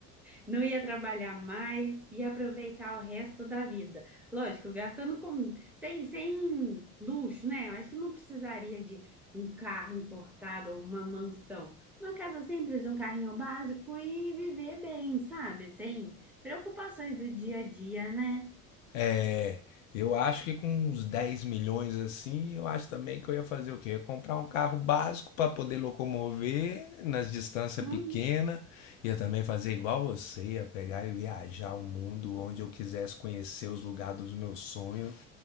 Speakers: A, in the centre; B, on the left.
A: não ia trabalhar mais e aproveitar o resto da vida. Lógico, gastando com sem, sem luxo, né? Eu acho que não precisaria de um carro importado ou uma mansão. Uma casa simples, um carrinho básico e viver bem, sabe? Sem preocupações do dia a dia, né?
B: É, eu acho que com uns 10 milhões assim, eu acho também que eu ia fazer o quê? Eu ia comprar um carro básico para poder locomover nas distâncias
A: Uhum,
B: pequenas. Ia também fazer igual você, ia pegar e viajar o mundo onde eu quisesse conhecer os lugares dos meus sonhos.